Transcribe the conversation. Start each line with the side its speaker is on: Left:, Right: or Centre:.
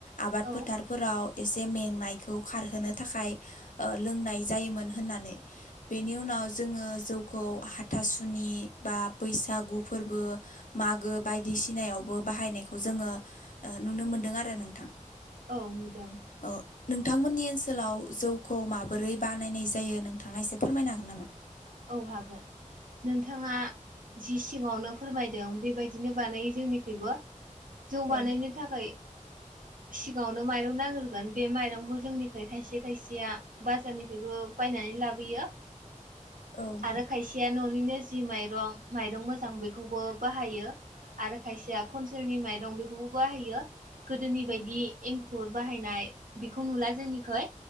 Left: आबाद
Right: औ
Left: फोथारफोराव एसे मेंनायखौ खारहोनो थाखाय ओ लोंनाय जायोमोन होननानै बेनि उनाव जोङो जौखौ हाथासुनि बा बैसागु फोरबो मागो बायदिसिनायावबो बाहायनायखौ जोङो ओ नुनो मोनदों आरो नोंथां।
Right: औ नुदों।
Left: औ नोंथांमोननि ओनसोलाव जौखौ माबोरै बानायनाय जायो नोंथाङा एसे फोरमायनो हागोन नामा?
Right: औ हागोन। नोंथाङा जि सिङावनो फोरमायदों बेबायदिनो बानायो जोंनिखैइबो जौ
Left: औ
Right: बानायनो थाखाय सिगाङावनो माइरं नाग्रोगोन बे माइरंखौ जोंनिफ्राय खायसे खायसेया बाजारनिफ्रायबो बायनानै लाबोयो
Left: औ
Right: आरो खायसेया न'निनो जि माइ रं माइरं मोजां बेखौबो बाहायो। आरो खायसेया खन्टेलनि माइरं बेखौबो बाहायो। गोदोनि बायदि एंखुर बाहायनाय बेखौ नुला जोंनिखै